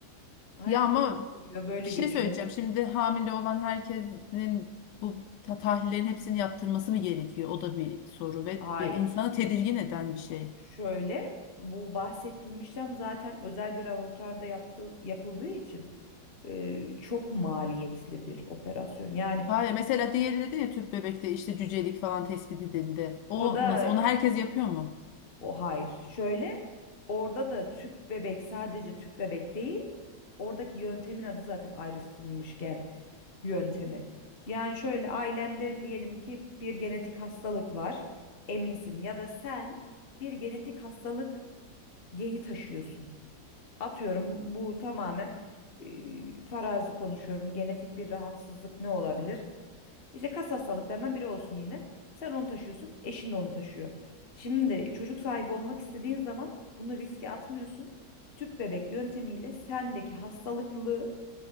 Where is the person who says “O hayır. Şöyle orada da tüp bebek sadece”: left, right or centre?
Left